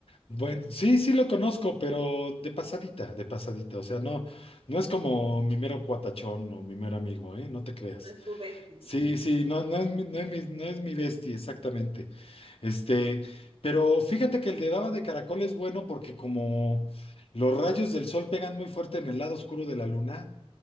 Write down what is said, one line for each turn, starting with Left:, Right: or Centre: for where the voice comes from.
Left: Bueno, sí, sí lo conozco, pero de pasadita, de pasadita. O sea, no, no es como mi mero cuatachón o mi mero amigo, ¿eh? No te creas.
Right: no es tu bestie.
Left: Sí, sí, no, no es mi, no es mi, no es mi bestia, exactamente. Este, pero fíjate que el de baba de caracol es bueno porque como los rayos del sol pegan muy fuerte en el lado oscuro de la luna,